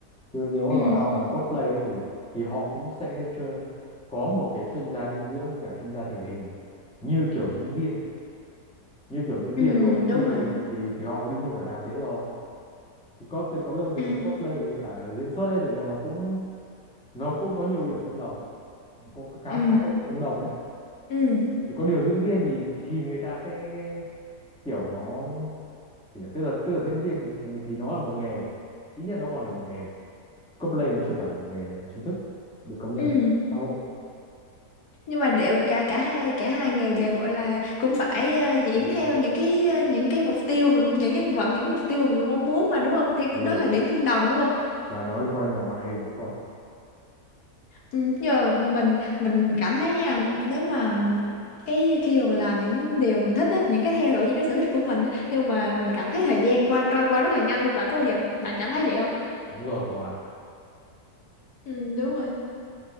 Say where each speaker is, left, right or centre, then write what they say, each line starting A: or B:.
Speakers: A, in the centre; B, on the left.
A: chứ nếu
B: Ừ,
A: mà họ làm cosplay ấy, thì thì họ cũng sẽ chơi, có một cái chuyên gia dinh dưỡng với cả chuyên gia thể hình như kiểu diễn viên như kiểu diễn
B: ừ,
A: viên luôn diễn
B: đúng
A: viên
B: rồi.
A: thì thì thì họ đương nhiên phải làm thế rồi thì có có biết không thực
B: Ừ,
A: ra cosplay với cả diễn xuất ấy thực ra nó cũng nó cũng có nhiều điểm tương đồng có khá
B: ừ,
A: khá nhiều điểm tương đồng đấy
B: ừ,
A: thì có điều diễn viên thì thì người ta sẽ kiểu nó thì là- tức là tức là diễn viên thì thì thì nó là một nghề ít nhất nó còn là một nghề cosplay nó chưa phải một nghề chính thức được công nhận
B: ừ.
A: xã hội
B: nhưng mà đều cả cả hai cả hai nghề đều gọi là cũng phải ờ, diễn
A: Đúng
B: theo
A: rồi.
B: những cái ờ, những cái mục tiêu mà mình những nhân vật những cái mục tiêu mà mình mong muốn mà đúng không thì
A: ừ.
B: đó là điểm tương đồng đúng không
A: và nó liên quan đến cả ngoại hình nữa cậu ạ
B: ừ, nhưng mà mình mình cảm thấy nha nếu mà cái khi mà mình làm những điều mình thích á, những cái theo đuổi những cái sở thích của mình á, nhưng mà mình cảm thấy thời gian qua trôi qua rất là nhanh luôn bạn có bao giờ bạn cảm thấy vậy không
A: đúng rồi cậu ạ
B: ừ, đúng rồi